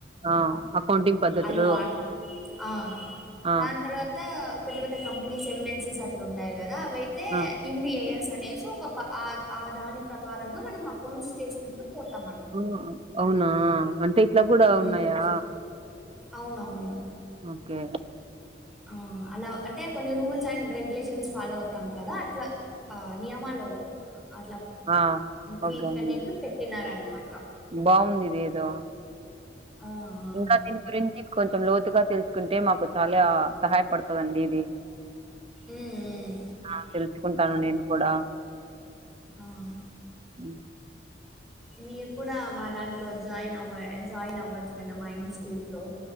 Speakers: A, on the right (about 35°); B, in the centre.
A: ఆ అకౌంటింగ్ పద్ధతులు
B: అది వా ఆ
A: ఆ
B: దాని తర్వాత పెద్ద పెద్ద కంపెనీస్ ఎంఎన్సీస్ అట్లుంటాయి కదా అవైతే
A: ఆ
B: ఇండిఏఎస్ అనేసి ఒక ఆ ఆ దాని ప్రకారంగా మనం అకౌంట్స్ చేసుకుంటూ పోతామ
A: ఆ అవునా అంటే ఇట్ల కూడా
B: హ్మ్.
A: ఉన్నయా
B: అవునవును
A: ఓకే
B: ఆ అలా అంటే కొన్ని రూల్స్ అండ్ రెగ్యులేషన్స్ ఫాలో అవుతాం కదా అట్లా ఆ నియమాలు అట్లా
A: ఆ
B: వీటికనేవి
A: ఓకే అండి
B: పెట్టినారన్నమాట
A: బాగుంది ఇదేదో
B: ఆ ఆ!
A: ఇంకా దీని గురించి కొంచెం లోతుగా తెలుసుకుంటే మాకు చాలా సహాయపడుతదండి ఇది
B: ఉమ్ ఉమ్
A: ఆ తెలుసుకుంటాను నేను కూడా
B: అవును
A: ఉ
B: మీరు కూడా మా దాంట్లో జాయిన్ అవ్వ జాయిన్ అవ్వచ్చు కదా మా ఇన్స్టిట్యూట్ లో